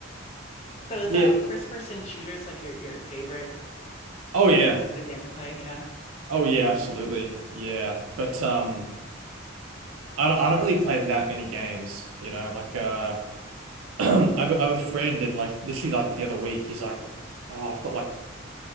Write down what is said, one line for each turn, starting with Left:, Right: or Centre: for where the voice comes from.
Left: So is
Right: Yeah.
Left: um first person shooters like your your favorite
Right: Oh yeah.
Left: sort of game to play. Yeah.
Right: Oh yeah, absolutely. Yeah. But um I don't, I don't really play that many games, you know. Like uh <clears throat> I've I've a friend and like literally like the other week he's like, "Oh, I've got like